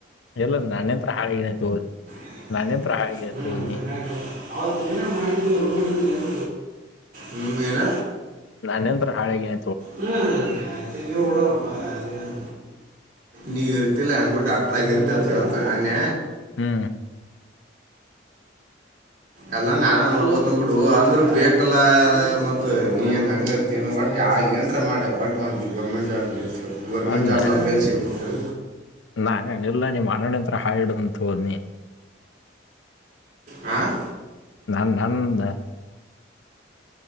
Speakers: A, on the left; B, on the right.
A: ಎಲ್ಲ ನಾನತ್ರ ಹಾಳಗನ ತ ಹೋದ್ನಿ
B: <unintelligible>
A: ನಾನೇಂತ್ರ ಹಾಳಾಗಿನೈತಿ ಹೋದ್ನಿ
B: ಹ್ಮ್ ಏನ್
A: ನಾನಂತ್ರ ಹಾಳೆಗೆನ
B: ಹ್ಮ <unintelligible> ನೀವ ಇರ್ತಿಲ್ಲ ಹಂಗು ಡಾಕ್ಟರ್ ಆಗಿರತಿ ಅನ್ಯ
A: ಹ್ಮ್
B: ಅಲ್ಲಾ ನಾನೋಡ್ಗೊತಂದ್ ಬಿಡು ಅಂದ್ರೂ ಬೇಕಲ್ಲ ಮತ್ ನೀ ಏನ್ ಹಂಗ ಇರ್ತೀ ಒಟ್ಟ ಯ ಎನ್ ಡ್ರ ಮಾಡೆ ಒಟ್ ಒಂದು ಗೋರ್ಮೆಂಟ್ ಜಾಬ್ ಇ ಗೋರ್ಮೆಂಟ್
A: ಅಲ್
B: ಜಾಬ್
A: ನಾ
B: ನಮ್ ಗೇಲಿಸಿಗಬೆಕು
A: ನಾ ಇಲ್ಲ ನೀಮ್ಮ್ ಅಣನಂತ್ರ ಹಾಡುದಂತ ಹೋದ್ನಿ
B: ಹಾಂ
A: ನಂದ ನಂದು